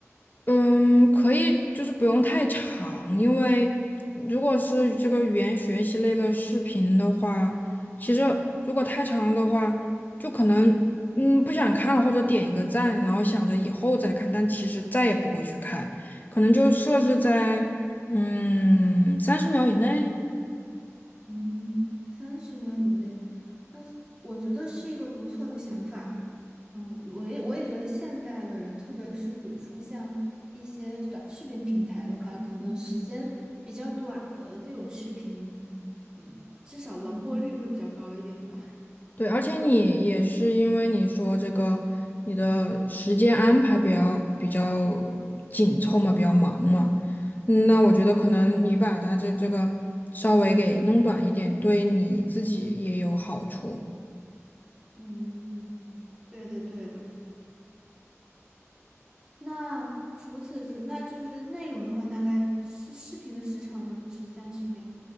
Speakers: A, on the left; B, on the right.
A: 嗯，可以，就是不用太长，因为如果是这个语言学习类的视频的话，其实如果太长了的话，就可能嗯不想看了，或者点一个赞，然后想着以后再看，但其实再也不会去看，可能就设置在嗯三十秒以内。
B: 嗯，三十秒以内，那是我觉得是一个不错的想法。嗯，我也我也觉得现代的人，特别是比如说像一些短视频平台的话，可能时间比较短的这种视频，嗯，至少完播率会比较高一点吧。
A: 对，而且你也是因为你说这个，你的时间安排比较比较紧凑嘛，比较忙嘛，嗯那我觉得可能你把它这这个稍微给弄短一点，对你自己也有好处。
B: 嗯，嗯对的对的。那除此之，那就是内容的话，大概视视频的时长呢就是三十秒。